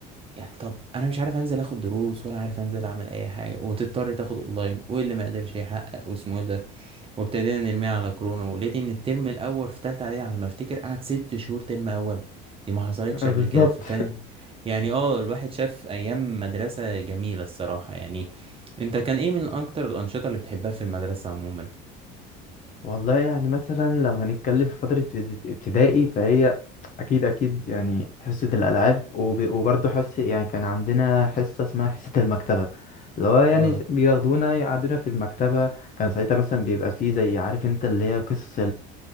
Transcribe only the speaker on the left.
<laughs> بالظبط
والله يعني مثلا لو هنتكلم في فترة ابتد- ابتدائي فهي أكيد أكيد يعني حصة الألعاب وب- وبرضه حصة يعني كان عندنا حصة اسمها حصة المكتبة اللي هو يعني
بياخدونا يقعدونا في المكتبة كان ساعتها مثلا بيبقى فيه زي عارف انت اللي هي قصص